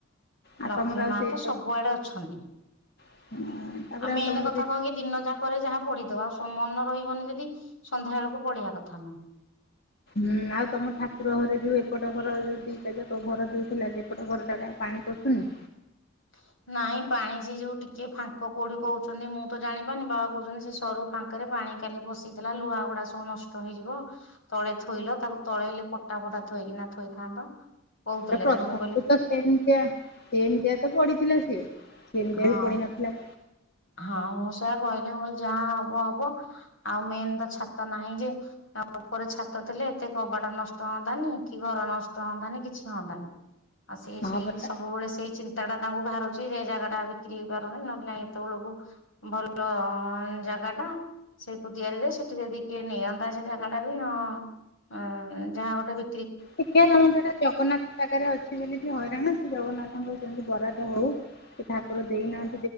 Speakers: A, on the left; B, on the left.
A: ଆଉ
B: ଲକ୍ଷ୍ମୀ
A: ତମର ଆଉ
B: ମା
A: ସେ
B: ତ ସବୁଆଡେ ଅଛନ୍ତି।
A: ତାପରେ
B: ଆଉ ମେନ
A: ତମର
B: କଥା
A: ସେ
B: କଣକି ଦିନ ଯାକରେ ଯହା ପଢିଥାଉ ମନ ରହିବନି ଯଦି ସନ୍ଧ୍ୟା ବେଳକୁ ପଢିବା କଥା ନୁହଁ।
A: ହୁଁ ଆଉ ତମ ଠାକୁର ଘରେ ଯୋଉ ଏପଟ ଘର ଯୋଉ ଦିଟା ଯାକ ଘର ଯୋଉଥିଲା ସେପଟ ଘରଟାରେ ପା ପାଣି ପସୁନି?
B: <inaudible> ନାଇଁ ପାଣି ସେ ଯୋଉ ଟିକେ ଫାଙ୍କ କୋଉଠି କହୁଛନ୍ତି ମୁଁ ତ ଜାଣିପାରୁିନି ବାଆ କହୁଛନ୍ତି ସେ ସରୁ ଫାଙ୍କା ପାଣି କାଲି ପଶିଥିଲା ଲୁହା ଗୁଡା ସବୁ ନଷ୍ଟ ହେଇଯିବ ତଳେ ଥୋଇଲ ତାକୁ ତଳେ ହେଲେ ପଟା ଫଟା ଥୋଇକିନା ଥୋଇଥାନ୍ତ। କହୁଥିଲେ
A: ପ୍ରଥମରୁ
B: ଯେ ମୁଁ କହିଲି
A: ତ ସେମିତିଆ ସେମିତିଆ ତ ପଡିିଥିଲା ସିଏ। ସେମିତିଆ
B: ହଁ
A: ବି ପଡି ନଥିଲା।
B: ହଁ ମୁଁ ସେଆ କହିଲି ଯାହା ହବ ହବ ଆଉ ମେନ ତ ଛାତ ନାହିଁ ଯେ ଆ ଉପରେ ଛାତ ଥିଲେ ଏତେ କବାଟ ନଷ୍ଟ ହୁଅନ୍ତାନି କି ଘର ନଷ୍ଟ ହୁଅନ୍ତାନି କିଛି ହୁଅନ୍ତାନି। ଆଉ ସିଏ
A: ହଁ
B: ସେଇ
A: ପରା
B: ସବୁବେଳେ ସେଇ ଚିନ୍ତା ଟା ତାଙ୍କୁ ଘାରୁଛି ଯେ ଜାଗା ଟା ବିକ୍ରି ହେଇ ପାରୁନି ନହେଲେ ନାଇଁ ତବେଳକୁ ଭଲ ଅ ଜାଗା ଟା। ସେଇ କୁଦିଆରିରେ ସେଠି ଯଦି କିଏ ନିଅନ୍ତା ସେ ଜାଗା ଟା ବି ହଁ ଅ ଯାହା ଗୋଟେ ବି
A: ଶିକ୍ଷା କାମଦ୍ଵାରା ଜଗନ୍ନାଥ ଜାଗାରେ ଅଛି ବୋଲି କି ହଇରାଣ ଜଗନ୍ନାଥଙ୍କ ସେମିତି ବରାଦ। ହଉ ସେ ଠାକୁର ଦେଇନାହା